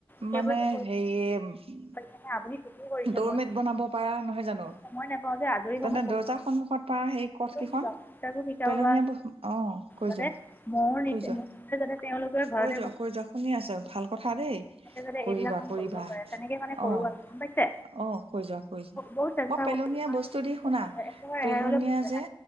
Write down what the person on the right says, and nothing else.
মানে হেৰি
দৰমেট
বনাব পাৰা নহয় জানো।
মানে
দৰ্জা সন্মুখত পৰা সেই কঠ কেইখন
পেলনীয়া
ব অ কৈ
যোৱা
কৈ যোৱা।
কৈ যোৱা কৈ যোৱা শুনি আছোঁ ভাল কথা দেই।
কৰিবা
কৰিবা
অ
অ কৈ যোৱা কৈ যোৱা
মই পেলনীয়া
বস্তু দি শুনা পেলনীয়া
যে